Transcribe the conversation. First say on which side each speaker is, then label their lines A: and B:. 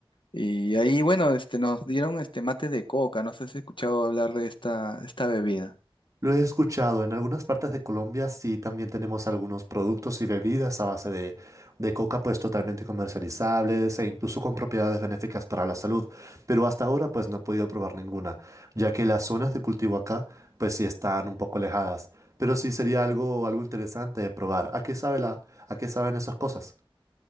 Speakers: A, on the left (about 60°); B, on the right (about 35°).
A: Y ahí, bueno, este, nos dieron este mate de coca, no sé si has escuchado hablar de esta, esta bebida.
B: Lo he escuchado, en algunas partes de Colombia sí también tenemos algunos productos y bebidas a base de, de coca pues totalmente comercializables e incluso con propiedades benéficas para la salud, pero hasta ahora pues no he podido probar ninguna, ya que las zonas de cultivo acá pues sí están un poco alejadas, pero sí sería algo, algo interesante de probar. ¿A qué sabe la, a qué saben esas cosas?